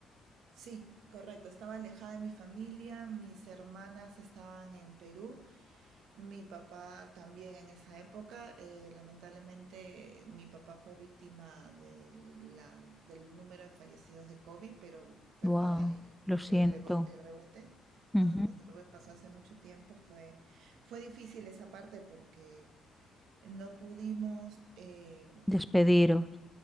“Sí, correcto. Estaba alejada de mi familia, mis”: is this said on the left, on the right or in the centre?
Right